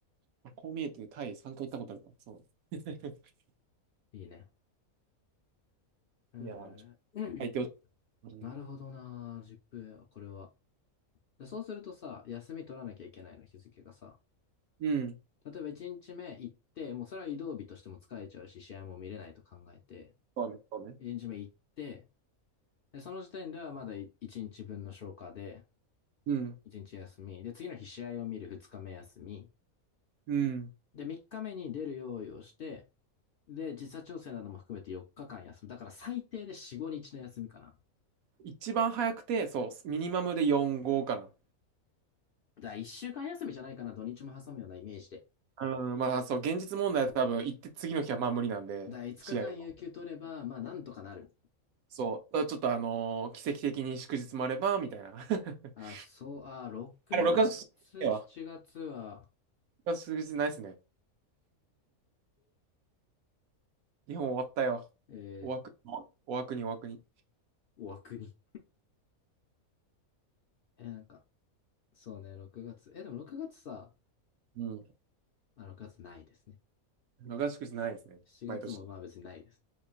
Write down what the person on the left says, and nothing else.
いいね。え
ー、
<clears throat>
なるほどなー、ジップエア、これは。でそうするとさ、休み取らなきゃいけないの、日付がさ。
例えば1日目行って、もうそれは移動日としても疲れちゃうし、試合も見れないと考えて、
1日目行って、でその時点ではまだ1日分の消化で、
1日休み、で、次の日試合を見る2日目休み、
で、3日目に出る用意をして、で、時差調整なども含めて4日間休む。だから最低で4、5日の休みかな。だか
ら1週間休みじゃないかな、土日も挟むようなイメージで。
だから5日間有給取れば、
まあなんとかなる。
あ、そう、あ、6月、
7月は、
えー、
お枠に。え、なんか、そうね、6月。え、でも6月さ、
あ、6月ないですね。
7月もまあ別にないです。